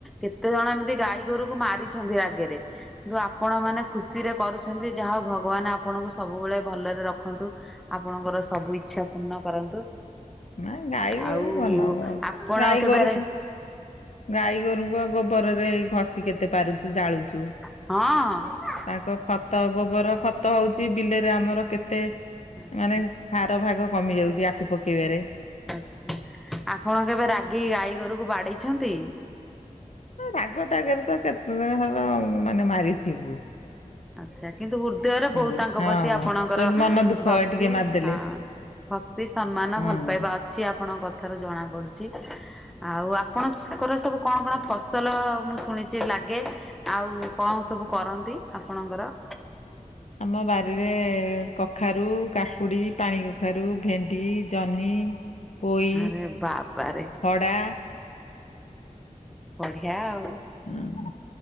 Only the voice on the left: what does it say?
ନାଇଁ ଗାଈ ଗୋରୁ
ଭଲ ବହୁତ।
ଗାଈ
ଗୋରୁକୁ ଗାଈ ଗୋରୁଙ୍କୁ ଗୋବରରେ ଘଷି କେତେ ପାରୁଛୁ ଜାଳୁଛୁ।
ତାଙ୍କ ଖତ ଗୋବର ଖତ ହଉଚି ବିଲରେ ଆମର କେତେ
ମାନେ ସାର ଭାଗ କମି ଯାଉଚି ଆଖୁ ପକେଇବାରେ।
ରାଗଟା ଗରେ ତ କେତେଦିନର ହବ ମାନେ ମାରିଥିବୁ।
ହଁ
ହଁ
ସେଠୁ ମନ ଦୁଃଖ
ଟିକେ ମାରିଦେଲେ
ହଁ।
ଆମ ବାରିରେ କଖାରୁ, କାକୁଡି, ପାଣି କଖାରୁ, ଭେଣ୍ଡି, ଜହ୍ନି। ପୋଇ,
ହଡ଼ା।
ହୁଁ।